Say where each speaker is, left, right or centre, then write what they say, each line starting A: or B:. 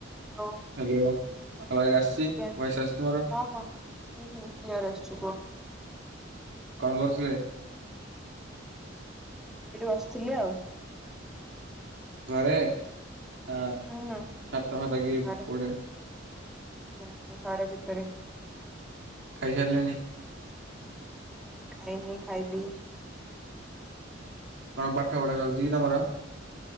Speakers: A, in the centre; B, on the right.
A: ହ୍ୟାଲୋ
B: ହ୍ୟାଲୋ ଆବାଜ ଆସିଛି
A: ଆଜ୍ଞା
B: ଭଏସ ଆସୁଛି ମୋର
A: ହଁ ହଁ ମୁଁ କିଆରି ଆସିଛି କୁହ।
B: କଣ କରୁଥିଲେ?
A: ସେଇଠି ବସିଥିଲି ଆଉ।
B: ଘରେ ଆ
A: ହୁଁ ହୁଁ
B: ଛାତ୍ ଭାତ କି
A: ଘରେ
B: କୋଉଟା।
A: ନାଇଁ <unintelligible>
B: ଖାଇସାରିଲେଣି।
A: ନାଇଁ ଖାଇ ନି ଖାଇବି।
B: କଣ ପାଠ ପଢ଼ା ଚାଲିଛି କି ତମର?